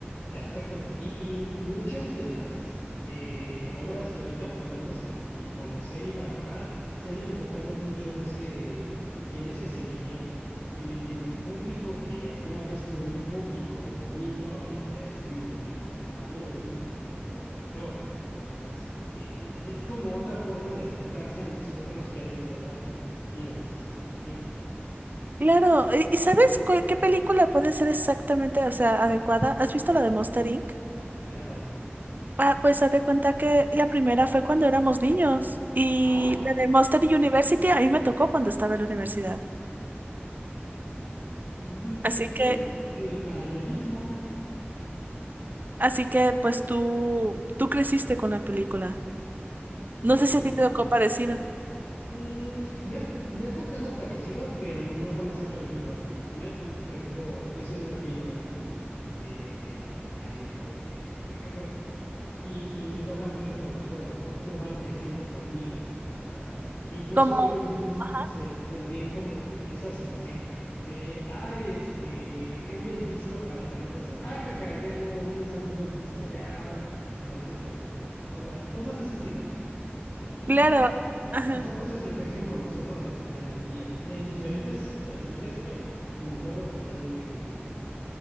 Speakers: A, on the left; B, on the right.
A: Exacto. Y, y muchas de las eh, obras que ahorita podemos como que conocer y valorar se han enfocado mucho en ese, en ese seguimiento, en el de mi público que alguna vez fue mi público niño, ahorita es mi público maduro, es mi público mayor. Entonces, e- es, es como otra forma de acercarse a nosotros ya desde otra perspectiva, no sé si me explico.
B: Claro, ¿y, y sabes cuál- qué película puede ser exactamente, o sea, adecuada? ¿Has visto la de Monster Inc.?
A: Claro.
B: Ah, pues haz de cuenta que la primera fue cuando éramos niños y
A: Ah,
B: la de Monster University a mí me tocó cuando estaba en la universidad.
A: mm,
B: Así
A: es
B: que,
A: el paralelismo.
B: así que pues tú, tú creciste con la película. No
A: Yo
B: sé
A: crecí
B: si a ti te tocó parecido.
A: Mm, me ha, me ha tocado parecido, pero no con esa película en particular. Me ha- por ejemplo, yo soy más gamer que, que de anime o de series o de caricaturas. Y, y me toca mucho con los juegos, ¿no? Cómo van creciendo conmigo. O sea, e incluso
B: Como,
A: ellos mismos
B: ajá,
A: se, se ríen como de esa situación. De, ay, este, cambia el disco para tal cosa. Ah, jaja, ya no, ya no usamos dos discos, ya ahora funcionamos con memorias, ¿no? O sea, cosas de ese estilo. Eh, Y,
B: claro,
A: y-
B: ajá,
A: y son cosas que crecen con nosotros al final del día, en diferentes versiones, pero concuerdo totalmente contigo.